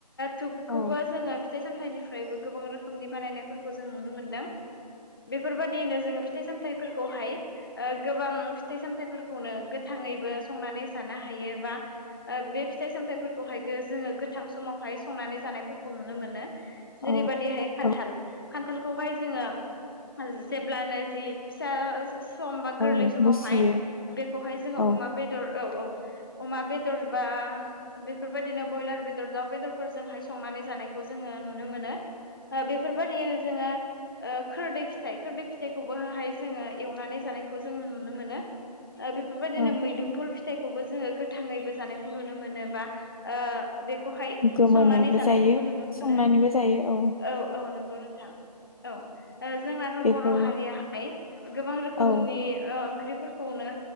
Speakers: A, on the left; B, on the left.
A: धुपखौबो
B: औ
A: जोङो फिथाइ सामथाइनिफ्रायबो गोबां रोखोमनि बानायनायफोरखौ जों नुनो मोनदों बेफोरबायदियैनो जोङो फिथाइ सामथायफोरखौहाय ओ गोबां फिथाइ सामथायफोरखौनो थाङैबो संनानै जानो हायो बा बे फिथाइ सामथाइफोरखौ हाय जोङो गोथां समावहाय संनानै जानायफोरखौ नुनो मोनो। जेरैबायदिहाय
B: औ
A: खान्थाल
B: औ
A: खान्थालखौहाय जोङो जेब्लानो जि फिसा सम बा गोरलै
B: औ
A: समावहाय
B: मुसियो
A: बेखौहाय जोङो
B: औ
A: अमा बेदर औ औ अमा बेदरबा बेफोरबायदिनो बयलार बेदर दाउ बेदरफोरजोंहाय संनानै जानायखौ जोङो नुनो मोनो। बेफोरबायदियनो जोङो। खोरदै फिथाइ खोरदै फिथाइखौबोहाय जोङो एवनानै जानायखौ जोङो नुनो मोनो। बेफोरबायदिनो
B: औ
A: मैदुमफुल फिथाइखौबो जोङो गोथाङैबो जानायखौ नुनो मोनो बा ओ बेखौहाय
B: गोमोनैबो
A: संनानै जानायखौबो
B: जायो
A: नुनो
B: संनानैबो
A: मोनो
B: जायो
A: औ औ नंगौ नोंथां। औ जोंनाथ'
B: बेखौ
A: बर' हारियाहाय गोबां रोखोमनि
B: औ
A: ओंख्रिफोर खौनो